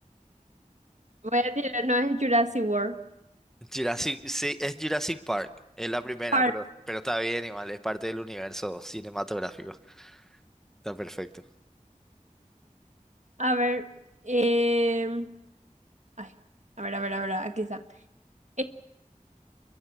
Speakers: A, on the right (about 60°); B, in the centre.
A: Voy a tirar, no es Jurassic World.
B: Jurassic, sí, es Jurassic Park. Es la primera,
A: Parque.
B: pero, pero está bien, igual. Es parte del universo cinematográfico. Está perfecto.
A: A ver, em, ay, a ver, a ver, a ver, aquí está. Eh,